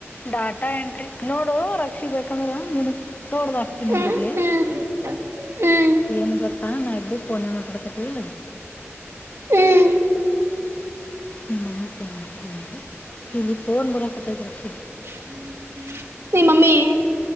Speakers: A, on the left; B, on the right.
A: ಡಾಟಾ ಎಂಟ್ರಿ ನೋಡು ರಕ್ಷಿ ಬೇಕಂದ್ರೆ ತೋಡ್ದ ಹಾಗ್ತೀನಿ
B: ಹ್ಮ್
A: ನಿಂದರ್ಲೆ.
B: ಹ್ಮ್ ಹ್ಮ್
A: ಏನ ಗೊತ್ತಾ ನಾವ್ ಇಬ್ಬರು ಪೋನ್ನ್ಯಾಗ ಮಾತಾಡಾಕತ್ತೇವಿ.
B: ಹ್ಮ್
A: ನಿಮ್ಮ ಮಮ್ಮಿ ಪೋನ್ ಮಾಡ್ತೀನಿ ಇಲ್ಲಿ ಫೋನ್ ಬರಾಕತೈದ್ದ ರಕ್ಷಿ.
B: <unintelligible> ನಿಮ್ಮ ಮಮ್ಮಿ